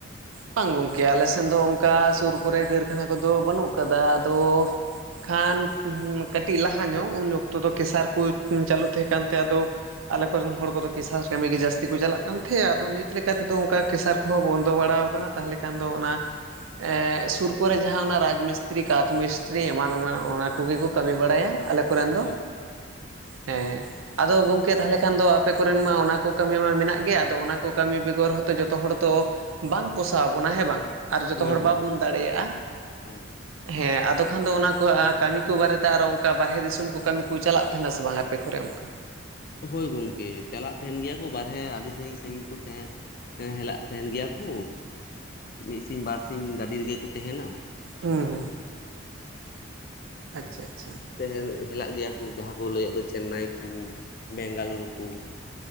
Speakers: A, on the right; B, on the left.
A: ᱵᱟᱝ ᱜᱚᱝᱠᱮ ᱟᱞᱮ ᱥᱮᱱ ᱫᱚ ᱚᱱᱠᱟ ᱥᱩᱨ ᱠᱚᱨᱮ ᱠᱟᱹᱨᱠᱷᱟᱱᱟ ᱠᱚᱫᱚ ᱵᱟᱹᱱᱩᱜ ᱠᱟᱫᱟ ᱟᱫᱚ ᱠᱷᱟᱱ ᱠᱟᱹᱴᱤᱡ ᱞᱟᱦᱟ ᱧᱚᱜ ᱩᱱ ᱚᱠᱛᱚ ᱫᱚ ᱠᱮᱥᱟᱨ ᱠᱚ ᱪᱟᱹᱞᱩ ᱛᱟᱦᱮᱸ ᱠᱟᱱᱛᱮ ᱟᱫᱚ ᱟᱞᱮ ᱠᱚᱨᱮᱱ ᱦᱚᱲ ᱠᱚᱫᱚ ᱠᱮᱥᱟᱨ ᱠᱟᱹᱢᱤ ᱜᱮ ᱡᱟᱹᱥᱛᱤ ᱠᱚ ᱪᱟᱞᱟᱜ ᱠᱟᱱ ᱛᱟᱦᱮᱸᱫ ᱟᱫᱚ ᱱᱤᱛ ᱞᱮᱠᱟᱛᱮᱫᱚ ᱚᱱᱠᱟ ᱠᱮᱥᱟᱨ ᱠᱚᱦᱚᱸ ᱵᱚᱱᱫᱚ ᱵᱟᱲᱟ ᱠᱟᱱᱟ ᱛᱟᱦᱚᱞᱮ ᱠᱷᱟᱱ ᱫᱚ ᱚᱱᱟ ᱮᱸ ᱥᱩᱨ ᱯᱚᱨᱮ ᱡᱟᱦᱟᱸ ᱚᱱᱟ ᱨᱟᱡᱽ ᱢᱤᱥᱛᱨᱤ ᱠᱟᱛ ᱢᱤᱥᱛᱨᱤ ᱮᱢᱟᱱ ᱮᱢᱟᱱ ᱚᱱᱟ ᱠᱚᱜᱮ ᱠᱚ ᱠᱟᱹᱢᱤ ᱵᱟᱲᱟᱭᱟ ᱟᱞᱮ ᱠᱚᱨᱮᱱ ᱫᱚ
B: ᱦᱳᱭ
A: ᱦᱮᱸ ᱟᱫᱚ ᱜᱚᱝᱠᱮ ᱛᱟᱦᱚᱞᱮ ᱠᱷᱟᱱ ᱫᱚ ᱟᱯᱮ ᱠᱚᱨᱮᱱ ᱢᱟ ᱚᱱᱟ ᱠᱚ ᱠᱟᱹᱢᱤ ᱢᱟ ᱢᱮᱱᱟᱜ ᱜᱮ ᱟᱫᱚ ᱚᱱᱟ ᱠᱚ ᱠᱟᱹᱢᱤ ᱵᱮᱜᱚᱨ ᱦᱚᱸᱛᱚ ᱡᱚᱛᱚ ᱦᱚᱲ ᱛᱚ ᱵᱟᱝ ᱯᱚᱥᱟᱣ ᱵᱚᱱᱟ ᱦᱮᱸ ᱵᱟᱝ ᱟᱨ ᱡᱚᱛᱚ
B: ᱦᱳᱭ
A: ᱦᱚᱲ
B: ᱦᱳᱭ
A: ᱵᱟᱵᱚᱱ ᱫᱟᱲᱮᱭᱟᱜ-ᱟ᱾
B: ᱦᱳᱭ
A: ᱦᱮᱸ ᱟᱫᱚ ᱠᱷᱟᱱ ᱫᱚ ᱚᱱᱟ ᱠᱚ ᱠᱟᱹᱢᱤ ᱠᱚ ᱵᱟᱨᱮᱛᱮ ᱟᱨᱚ ᱚᱱᱠᱟ ᱵᱟᱨᱦᱨᱮ ᱫᱤᱥᱚᱢ ᱠᱚ ᱠᱟᱹᱢᱤ ᱠᱚ ᱪᱟᱞᱟᱜ ᱛᱟᱦᱮᱱᱟ ᱥᱮ ᱵᱟᱝ ᱟᱯᱮ ᱠᱚᱨᱮ ᱚᱱᱠᱟ?
B: ᱦᱳᱭ ᱜᱚᱝᱠᱮ ᱪᱟᱞᱟᱜ ᱛᱟᱸᱦᱮᱱ ᱜᱮᱭᱟ ᱠᱚ ᱵᱟᱨᱦᱮ ᱟᱹᱰᱤ ᱥᱟᱺᱜᱤᱧ ᱥᱟᱺᱜᱤᱧ ᱠᱚ ᱛᱟᱦᱮ ᱦᱮᱸ ᱦᱮᱞᱟᱜ ᱛᱟᱦᱮᱱ ᱜᱮᱭᱟ ᱠᱚ ᱢᱤᱫ ᱥᱤᱧ ᱵᱟᱨ ᱥᱤᱧ ᱜᱟᱹᱰᱤ ᱨᱮᱜᱮ ᱠᱚ ᱛᱟᱦᱮᱱᱟ
A: ᱦᱩᱸ ᱦᱩᱸ ᱟᱪᱪᱷᱟ ᱟᱪᱪᱷᱟ
B: ᱛᱮ ᱦᱮᱞ ᱦᱮᱞᱟᱜ ᱜᱮᱭᱟ ᱠᱚ ᱡᱟᱦᱟᱸ ᱠᱩ ᱞᱟᱹᱭᱮᱫ ᱫᱚ ᱪᱮᱱᱱᱟᱭ ᱠᱩ ᱵᱮᱝᱜᱟᱞᱩᱨᱩ ᱠᱩ